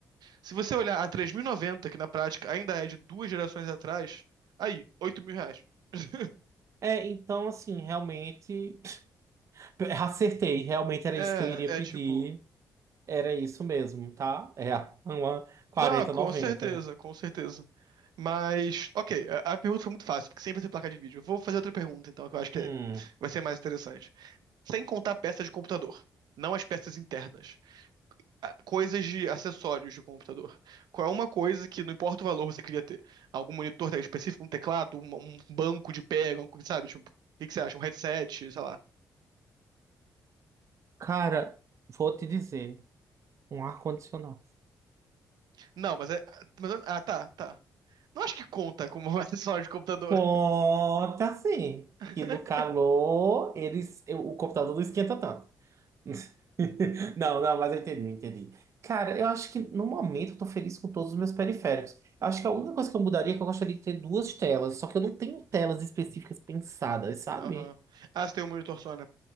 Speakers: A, on the right; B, on the right.
A: Se você olhar a 3090, que na prática ainda é de duas gerações atrás, aí, 8 mil reais. <laughs>
B: É, então assim, realmente <laughs> acertei, realmente era
A: É,
B: isso que eu iria pedir.
A: é tipo.
B: Era isso mesmo, tá? É <laughs> uma 4090.
A: Não, com certeza, com certeza. Mas, ok, a, a pergunta foi muito fácil, porque sempre tem placa de vídeo. Eu vou fazer outra pergunta, então, que eu acho que
B: Hum.
A: é- vai ser mais interessante. Sem contar peças de computador, não as peças internas, a- coisas de acessórios de computador. Qual é uma coisa que, não importa o valor, você queria ter? Algum monitor tá específico, um teclado, um, um banco de pega, um, sabe? Tipo, o que que você acha? Um headset, sei lá.
B: Cara, vou te dizer, um ar-condicionado.
A: Não, mas é. mas eu- ah, tá, tá. Não acho que conta como um <laughs> acessório de computador.
B: Conta sim,
A: <laughs>
B: que no calor eles, eu- o computador não esquenta tanto. <laughs> Não, não, mas eu entendi, eu entendi. Cara, eu acho que no momento eu tô feliz com todos os meus periféricos. Eu acho que a única coisa que eu mudaria é que eu gostaria de ter duas telas, só que eu não tenho telas específicas pensadas, sabe?
A: Aham. Ah, você tem um monitor só, né?